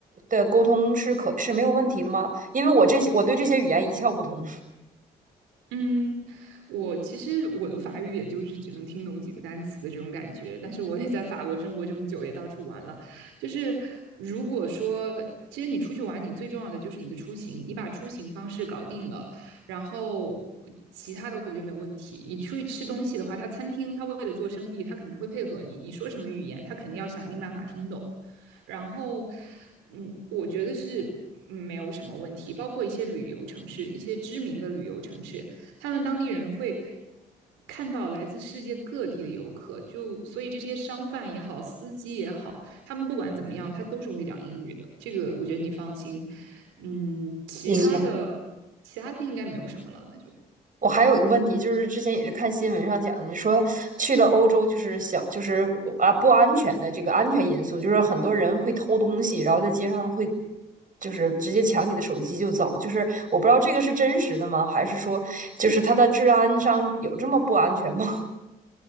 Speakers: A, on the right; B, on the right.
A: 的沟通是可是没有问题的吗？因为我这些我对这些语言一窍不通。
B: 嗯，我其实我的法语也就是只能听懂几个单词的这种感觉，但是我也在法国生活这么久，也到处玩了。就是如果说，其实你出去玩，你最重要的就是你的出行，你把出行方式搞定了，然后其他的我觉得没有问题。你出去吃东西的话，他餐厅他为了做生意，他肯定会配合你，你说什么语言，他肯定要想尽办法听懂。然后，嗯，我觉得是没有什么问题。包括一些旅游城市，一些知名的旅游城市，他们当地人会看到来自世界各地的游客，就所以这些商贩也好，司机也好，他们不管怎么样，他都是会讲英语的。这个我觉得你放心。嗯，其他的
A: 明白。
B: 其他的应该没有什么了，那就。
A: 我还有一个问题，就是之前也是看新闻上讲你说去了欧洲就是小就是啊不安全的这个安全因素，就是很多人会偷东西，然后在街上会就是直接抢你的手机就走，就是我不知道这个是真实的吗？还是说就是它的治安上有这么不安全吗？